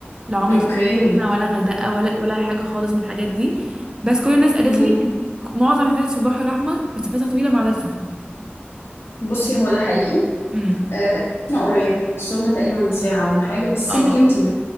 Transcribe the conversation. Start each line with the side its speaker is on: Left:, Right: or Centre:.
Right: لا عمري
Left: <laughs> اوكي
Right: طلعت سخنه ولا غردقه ولا ولا حاجه خالص من الحاجات دي بس كل الناس قالت
Left: أمم.
Right: لي إن معظم الحاجات في البحر الاحمر مسافتها طويله مع ده السخن
Left: بصي هو ده حقيقي
Right: امم
Left: آه، انا قريب صرنا تقريبا من ساعة ولا حاجة بس
Right: اه
Left: سيبك انت من